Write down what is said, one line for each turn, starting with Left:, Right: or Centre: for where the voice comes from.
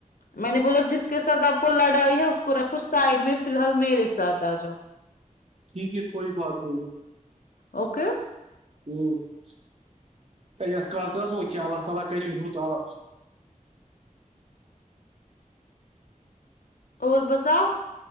Left: میں نے بولا جس کے ساتھ آپ کو لڑائی ہے اس کو رکھو سائڈ میں فلحل میرے ساتھ آ جاؤ
Right: ٹھیک ہے کوئی بات نہیں
Left: اوکے
Right: <unintelligible>
Left: اور بتاؤ